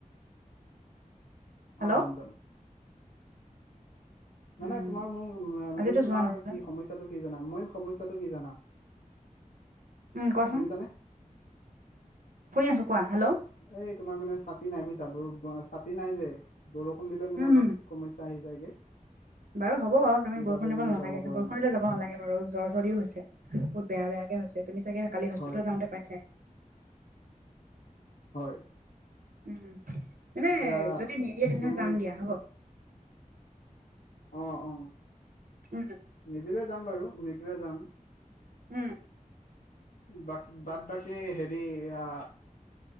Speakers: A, on the right; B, on the left.
A: হেল্ল'
B: অ যাম যাম।
A: উম
B: মানে তোমাৰ মোৰ
A: আজিতো
B: মেইন
A: যোৱা
B: তোমাৰ
A: নহ'লে
B: কি সমস্যা। টো কি জানা মেইন সমস্যাটো কি জানা।
A: উম কোৱা
B: শুনিছানে?
A: চোন। শুনি আছো কোৱা হেল্ল'।
B: এই তোমাৰ মানে ছাতি নাই বুজিছা ব ছাতি নাই যে বৰষুণ দিলে মানে
A: উম
B: অলপ সমস্যা আহি যায়গে।
A: বাৰু হ'ব বাৰু তুমি
B: সেইবাবে
A: বৰষুণ দিব
B: মানে
A: নালাগে
B: যাব পৰা
A: বৰষুণ
B: নাই
A: দিলে যাব নালাগে বাৰু। জ্বৰ চৰৰ্দি হৈছে বহুত বেয়া বেয়াকৈ হৈছে তুমি চাগে কালি হস্পিটেলত
B: হয়
A: যাওঁতে পাইছা।
B: হয়
A: উম মানে
B: এতিয়া
A: যদি নিদিয়ে তেনেহ'লে
B: তুমি
A: যাম দিয়া হ'ব।
B: অ অ
A: উম।
B: নিদিলে যাম বাৰু নিদিলে যাম।
A: উম
B: বাদ বাদ বাকী হেৰি আ